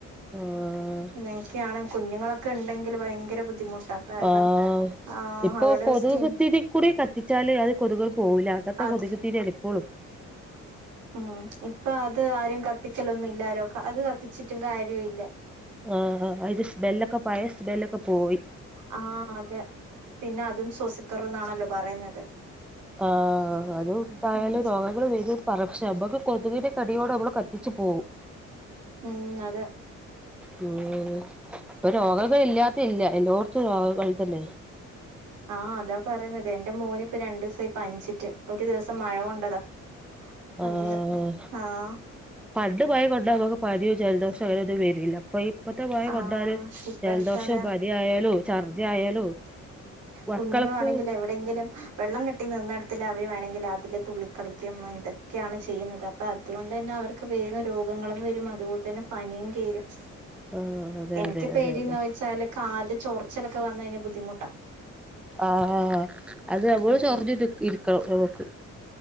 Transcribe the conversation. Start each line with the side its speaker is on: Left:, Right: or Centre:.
Centre: ആഹ്
Right: ഇങ്ങനെക്കെയാണ് കുഞ്ഞുങ്ങളൊക്കെ ഇണ്ടെങ്കില് ഭയങ്കര ബുദ്ധിമുട്ടാ കാരണം
Centre: ആഹ്
Right: ആ
Centre: ഇപ്പൊ
Right: അവരുടെ
Centre: കൊതുക്
Right: സ്കിൻ
Centre: ഇത്തിരി കുടീകത്തിച്ചാല് അത് കൊതുകുകൾ പോവൂല അകത്തെ
Right: അത്
Centre: കൊതുക് തിരിയാണ് ഇപ്പോളും
Right: ഉം ഇപ്പൊ അത് ആരും കത്തിക്കലൊന്നും ഇല്ലാരോ അത് കത്തിച്ചിട്ടും കാര്യ ഇല്ല
Centre: ആഹ് അ അത് സ്മെലൊക്കെ പയേ സ്മെല്ലൊക്കെ പോയി
Right: ആഹ് അതെ പിന്നെ അതും ശ്വസിക്കറ്ന്ന് ആണല്ലോ പറയ്ന്നത്
Centre: ആഹ് അതുംന്തായാലും
Right: ഉം
Centre: രോഗങ്ങൾ വരും പറക്ഷ അമ്മക്ക് കൊതുവിനെ തടിയോടമ്മള് കത്തിച്ച് പോവും
Right: ഉം അതേയ്
Centre: രോ ഇപ്പൊ രോഗങ്ങൾ ഇല്യാത്ത ഇല്യ എല്ലോട്ത്തും രോഗങ്ങൾ തന്നെ
Right: ആഹ് അതാ പറയ്ന്നത് എന്റെ മോന് ഇപ്പരണ്ടൂസായി പൻച്ച്ട്ട് ഒരു ദിവസം മഴ കൊണ്ടതാ അന്ന്
Centre: ആഹ്
Right: ആഹ്
Centre: പണ്ട് മഴ കൊണ്ട നമുക്ക് പനിയോ ജലദോഷം അങ്ങനെ ഒന്നും വരിയില്ല പൊയിപ്പത്തെ മയ
Right: ആഹ്
Centre: കൊണ്ടാല്
Right: ഇപ്പോഴത്തത്
Centre: ജൽദോഷവും പനി ആയാലും ഛർദി ആയാലും മക്കൾക്ക്
Right: കുഞ്ഞുങ്ങൾ ആണെങ്കിൽ എവിടെയെങ്കിലും വെള്ളം കെട്ടി നിന്നിടുത്തിൽ അവര് വേണെങ്കിൽ അതില് തുള്ളളിക്കളിക്കും ഒക്കെയാണ് ചെയ്യുന്നത് അപ്പം അതുകൊണ്ട് തന്നെ അവർക്ക് വേഗം രോഗങ്ങളും വരും അതുപോലെ തന്നെ പനിയും കയറും
Centre: ആഹ് അതെ
Right: എൻക്ക്
Centre: അതെ
Right: പേടി
Centre: അതെ അതെ
Right: ന്ന് വെച്ചാല് കാല് ചൊറിച്ചലൊക്കെ വന്ന്കഴിഞ്ഞ ബുദ്ധിമുട്ടാ
Centre: ആഹ് അത് നമ്മള്
Right: ഉം
Centre: ചൊറിഞ്ഞു ഇരിക്കണം നമുക്ക്